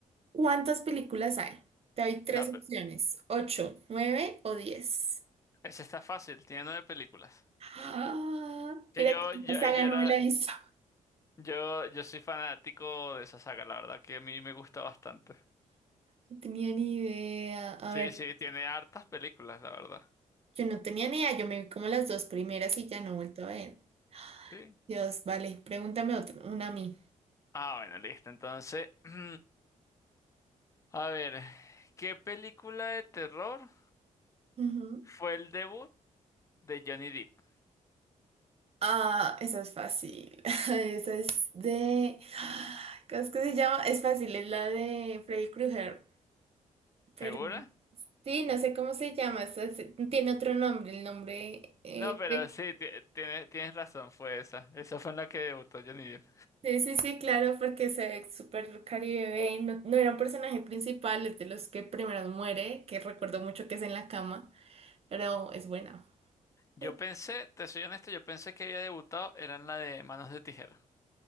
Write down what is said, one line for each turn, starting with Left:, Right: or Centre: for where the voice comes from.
Right: ¿Cuántas películas hay? Te doy tres
Left: No,
Right: opciones,
Left: pero
Right: ocho, nueve o diez.
Left: ese está fácil, tiene nueve películas.
Right: Ah,
Left: Que
Right: mira
Left: yo,
Right: que
Left: yo,
Right: esta saga
Left: eh, yo
Right: no
Left: era,
Right: me la he visto.
Left: yo, yo soy fanático de esa saga, la verdad, que a mí me gusta bastante.
Right: No tenía ni idea. A
Left: Sí,
Right: ver,
Left: sí, tiene hartas películas, la verdad.
Right: yo no tenía ni idea. Yo me vi como las dos primeras y ya no he vuelto a ver.
Left: Sí.
Right: Dios, vale, pregúntame otra, una a mí.
Left: Ah, bueno, listo. Entonces, <clears throat> a ver, ¿qué película de terror
Right: Ujú.
Left: fue el debut de Johnny Depp?
Right: Ah, esa es fácil. <laughs> Esa es de... ¿Cómo es que se llama? Es fácil, es la de Freddy Krueger. Pero
Left: ¿Segura?
Right: no, sí, no sé cómo se llama. esa se- tiene otro nombre, el nombre... eh,
Left: No, pero sí, ti- tienes, tienes razón, fue esa. Esa fue en la que debutó Johnny Depp.
Right: Sí, sí, sí, claro, porque se ve súper Caribe Bane, no, no era un personaje principal, es de los que primero muere, que recuerdo mucho que es en la cama, pero es buena.
Left: Yo
Right: Ay,
Left: pensé, te soy honesto, yo pensé que había debutado, era en la de Manos de Tijera.